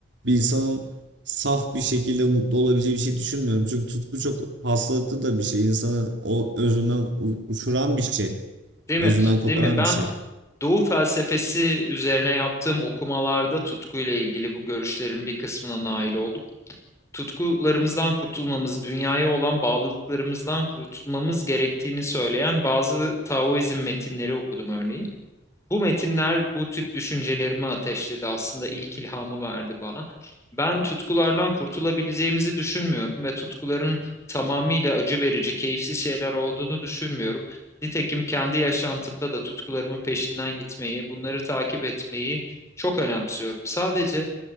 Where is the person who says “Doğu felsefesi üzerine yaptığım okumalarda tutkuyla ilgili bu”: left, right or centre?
Left